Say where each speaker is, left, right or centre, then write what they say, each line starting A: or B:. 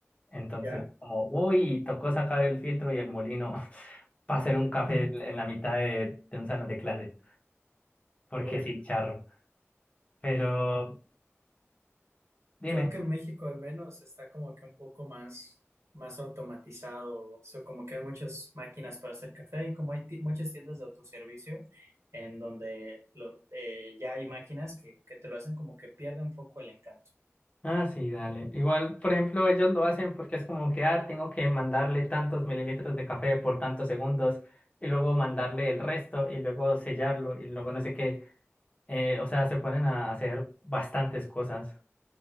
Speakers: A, on the left; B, on the right.
A: Entonces,
B: Ya.
A: como, uy, tocó sacar el filtro y el molino <laughs> para hacer un café
B: <laughs>
A: en la mitad de, de un salón de clases. Porque
B: Uy.
A: sí, charro. Pero dime.
B: Creo que en México al menos está como que un poco más, más automatizado, o sea, como que hay muchas máquinas para hacer café y como hay ti- muchas tiendas de autoservicio en donde lo- eh, ya hay máquinas que, que te lo hacen como que pierde un poco el encanto.
A: Ah, sí, dale. Igual, por ejemplo, ellos lo hacen porque es como que, ah, tengo que mandarle tantos mililitros de café por tantos segundos y luego mandarle el resto y luego sellarlo y luego no sé qué. Eh, o sea, se ponen a hacer bastantes cosas.